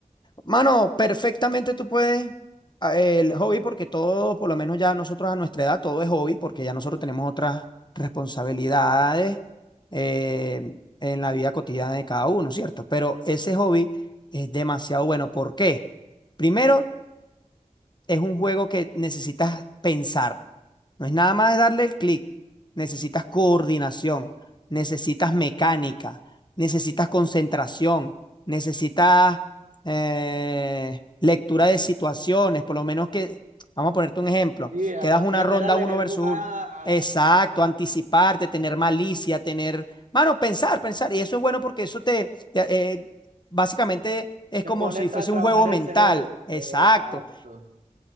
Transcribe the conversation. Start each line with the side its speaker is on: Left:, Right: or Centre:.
Left: Mano, perfectamente tú puedes a- el hobby porque todo, por lo menos ya nosotros a nuestra edad, todo es hobby porque ya nosotros tenemos otras responsabilidades eh, en la vida cotidiana de cada uno, ¿cierto? Pero ese hobby es demasiado bueno. ¿Por qué? Primero, es un juego que necesitas pensar. No es nada más darle el clic. Necesitas coordinación, necesitas mecánica, necesitas concentración, necesitas eh, lectura de situaciones, por lo menos que, vamos a ponerte un ejemplo,
Right: Sí, al
Left: que das
Right: aprender
Left: una ronda
Right: a leer
Left: uno versus
Right: jugadas,
Left: uno.
Right: a-
Left: Exacto,
Right: a-
Left: anticiparte, tener malicia, tener, mano, pensar, pensar. Y eso es bueno porque eso te, te, eh, básicamente es
Right: te
Left: como
Right: pone
Left: si
Right: a
Left: fuese
Right: trabajar
Left: un juego
Right: el
Left: mental.
Right: cerebro.
Left: Exacto
Right: Exacto.